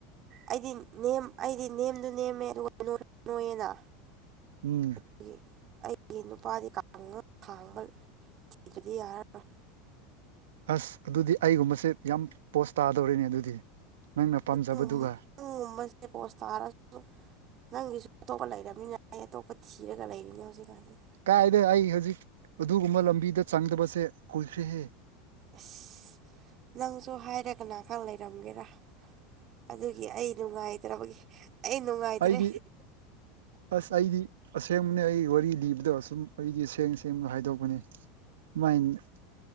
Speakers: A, on the right (about 45°); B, on the right (about 75°).
A: ꯑꯩꯗꯤ ꯅꯦꯝ ꯑꯩꯗꯤ ꯅꯦꯝꯗꯨ ꯅꯦꯝꯃꯦ ꯑꯗꯨꯒ ꯅꯣꯏꯌꯦꯅ
B: ꯎꯝ
A: ꯒꯤ ꯑꯩꯒꯤ ꯅꯨꯄꯥꯗꯤ ꯀꯥꯡ ꯈꯥꯡꯕ ꯊꯤꯕꯗꯤ ꯌꯥꯔꯔꯣꯏ
B: ꯑꯁ ꯑꯗꯨꯗꯤ ꯑꯩꯒꯨꯝꯕꯁꯦ ꯌꯥꯝ ꯄꯣꯁ ꯇꯥꯗꯧꯔꯤꯅꯦ ꯑꯗꯨꯗꯤ ꯅꯪꯅ ꯄꯥꯝꯖꯕꯗꯨꯒ
A: ꯅꯪꯒꯨꯝꯕꯁꯦ ꯄꯣꯁ ꯇꯥꯔꯁꯨ ꯅꯪꯒꯤꯁꯨ ꯑꯇꯣꯞꯄ ꯂꯩꯔꯕꯅꯤꯅ ꯑꯩ ꯑꯇꯣꯞꯄ ꯊꯤꯔꯒ ꯂꯩꯔꯤꯅꯤ ꯍꯧꯖꯤꯛꯀꯥꯟꯁꯤꯗꯤ
B: ꯀꯥꯏꯗꯨ ꯑꯩ ꯍꯧꯖꯤꯛ ꯑꯗꯨꯒꯨꯝꯕ ꯂꯝꯕꯤꯗ ꯆꯪꯗꯕꯁꯦ ꯀꯨꯏꯈ꯭ꯔꯦꯍꯦ
A: ꯏꯁ ꯅꯪꯁꯨ ꯍꯥꯏꯔ ꯀꯅꯥ ꯈꯪ ꯂꯩꯔꯝꯒꯦꯔꯥ ꯑꯗꯨꯒꯤ ꯑꯩ ꯅꯨꯡꯉꯥꯏꯇ꯭ꯔꯕꯒꯤ ꯑꯩ ꯅꯨꯡꯉꯥꯏꯇ꯭ꯔꯦ
B: ꯑꯩꯗꯤ ꯑꯁ ꯑꯩꯗꯤ ꯑꯁꯦꯡꯕꯅꯦ ꯑꯩ ꯋꯥꯔꯤ ꯂꯤꯕꯗꯣ ꯑꯁꯨꯝ ꯑꯩꯗꯤ ꯁꯦꯡ ꯁꯦꯡꯅ ꯍꯥꯏꯗꯣꯛꯄꯅꯦ ꯃꯣꯏꯟ <inaudible>